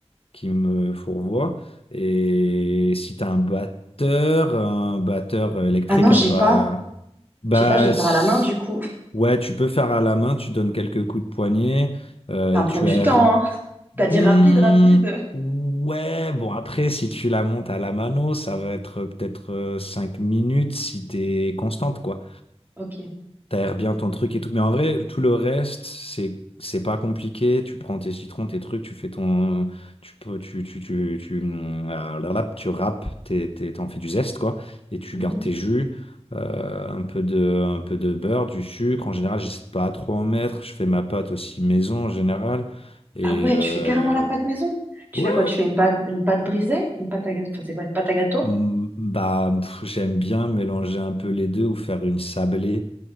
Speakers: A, on the left (about 60°); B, on the right (about 15°).
A: qui me fourvoie. Et si tu as un batteur, un batteur électrique,
B: Ah non, j'ai
A: un peu...
B: pas.
A: à- Bah,
B: J'ai pas, je dois
A: s-
B: faire à la main du coup. <laughs>
A: ouais, tu peux faire à la main, tu donnes quelques coups de poignet euh,
B: Ça va
A: et
B: me
A: tu
B: prendre du
A: as.
B: temps, hein. <laughs> T'as dit
A: Hmm,
B: rapide, rapide.
A: ouais, bon, après, si tu la montes à la mano, ça va être euh, peut-être euh, 5 minutes si t'es constante, quoi
B: Ok.
A: t'aères bien ton truc et tout. Mais en vrai, tout le reste, c'est c'est pas compliqué. Tu prends tes citrons, tes trucs, tu fais ton, tu peux, tu tu tu tu euh, la râpe, tu râpes, t'es- t'es- t'en fais du zeste quoi, et tu
B: Mhm.
A: gardes tes jus. euh, un peu de, un peu de beurre, du sucre. En général, j'essaie de pas trop en mettre. Je fais ma pâte aussi maison en général. Et
B: Ah ouais,
A: euh,
B: tu fais carrément la pâte maison. Tu
A: ouais,
B: fais quoi? Tu fais une pâte, une pâte brisée? Une pâte à gâteau. Enfin, c'est quoi? Une pâte à gâteau?
A: Mm, bah pff, j'aime bien mélanger un peu les deux ou faire une sablée.